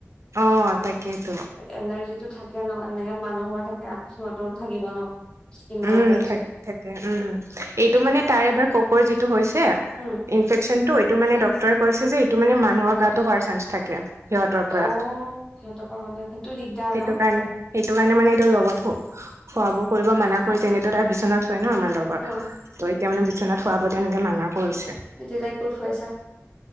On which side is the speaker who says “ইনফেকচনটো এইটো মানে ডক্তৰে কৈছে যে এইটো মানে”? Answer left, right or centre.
Right